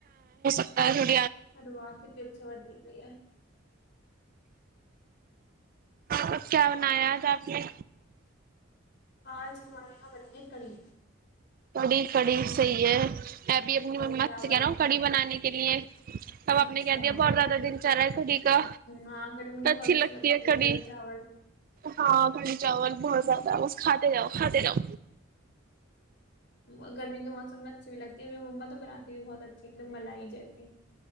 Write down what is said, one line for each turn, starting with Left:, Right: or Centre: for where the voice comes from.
Right: ا
Left: چلو آپ کےبھی اچھیا ہوا چل رہی ہے
Right: مب کیا بنایا آج آپ نے
Left: آج ہمارے یہاں بنی ہے کڑی
Right: کڑ کڑ سئ ے میں ابھی اپنی
Left: کڑی
Right: ما
Left: چاول
Right: سے کہہ رہا ہوں کڑی بنانے کے لیے اب
Left: اچھا
Right: آپ نے کیا دیا بہت زیادہ دل چار رہا ہے کڑی کا
Left: ہاں کڑی مجھے بہت
Right: اچھی لگتی ہے کھڑی
Left: کڑی چاول
Right: ہاں کڑی چاول بہت زیادہ بم کاتاتے جاؤ کاتاتے جاؤ
Left: ہ گرمی کے موسم میں اچھی بھی لگتی ہے محمت تو بنااتے بھی بہت اچھے مطل ملائی جائے ایک <inaudible>